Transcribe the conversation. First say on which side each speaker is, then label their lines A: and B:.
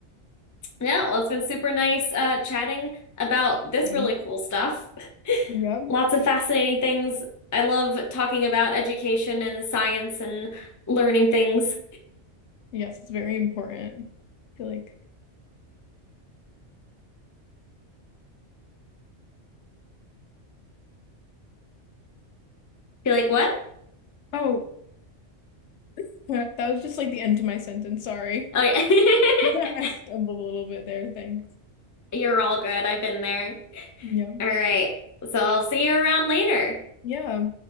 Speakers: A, on the left; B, on the left.
A: Yeah, well, it's been super nice uh chatting about this
B: Um,
A: really cool stuff. <laughs>
B: yep.
A: Lots of fascinating things. I love talking about education and science and learning things.
B: Yes, it's very important. I feel like,
A: You're like, what?
B: oh, <laughs> that was just like the end of my sentence. Sorry.
A: Oh yeah. <laughs>
B: <laughs> I stumbled a little bit there. Thanks.
A: You're all good. I've been there.
B: Yeah.
A: All right. So I'll see you around later.
B: Yeah.